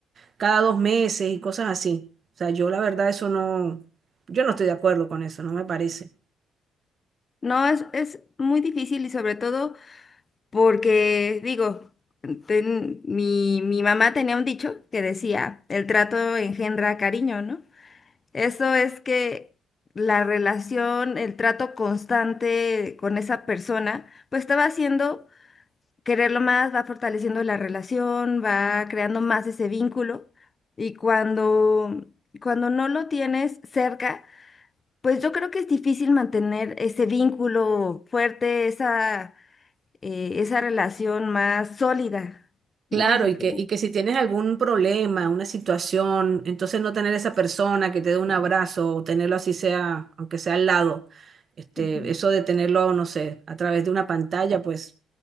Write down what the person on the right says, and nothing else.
cada dos meses y cosas así. O sea, yo la verdad eso no, yo no estoy de acuerdo con eso, no me parece.
Claro,
y
que, y que si tienes algún problema, una situación, entonces no tener esa persona que te dé un abrazo o tenerlo así sea, aunque sea al lado, este,
eso de tenerlo, no sé, a través de una pantalla, pues,